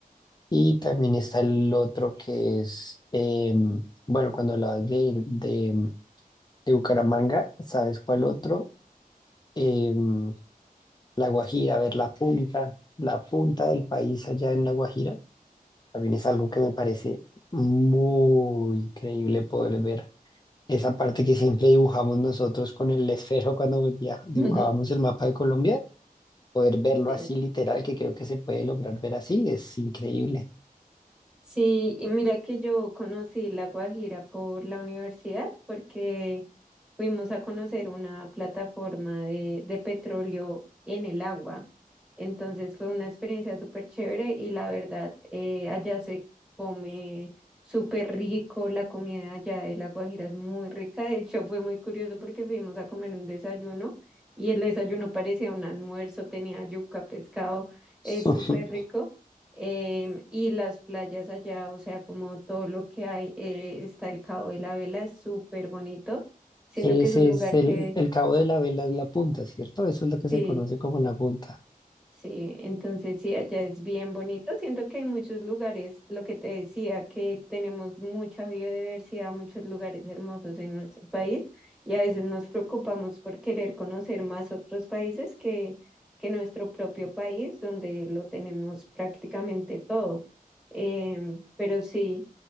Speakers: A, on the left; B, in the centre.
A: y también está el otro que es, em, bueno, cuando hablabas de, de, em, de Bucaramanga, ¿sabes cuál otro? Em, La Guajira, a ver, la punta, la punta del país allá en La Guajira También es algo que me parece muy increíble poder ver. Esa parte que siempre dibujamos nosotros con el esfero cuando via- dibujábamos
B: <laughs>
A: el mapa de Colombia, poder verlo
B: Sí.
A: así literal, que creo que se puede lograr ver así, es increíble.
B: Sí, y mira que yo conocí La Guajira por la universidad porque fuimos a conocer una plataforma de, de petróleo en el agua. Entonces fue una experiencia súper chévere y la verdad, eh, allá se come súper rico, la comida allá de La Guajira es muy rica. De hecho, fue muy curioso porque fuimos a comer un desayuno y el desayuno parecía un almuerzo, tenía yuca, pescado, es
A: <laughs>
B: súper rico em, y las playas allá, o sea, como todo lo que hay, eh, está el Cabo de la Vela, es súper bonito, siento
A: Ese
B: que es un lugar
A: es el,
B: que,
A: el cabo de la vela, es la punta, ¿cierto? Eso es lo que se
B: sí,
A: conoce como la punta.
B: sí, entonces sí, allá es bien bonito, siento que hay muchos lugares, lo que te decía, que tenemos mucha biodiversidad, muchos lugares hermosos en nuestro país y a veces nos preocupamos por querer conocer más otros países que, que nuestro propio país, donde lo tenemos prácticamente todo. Em, pero sí.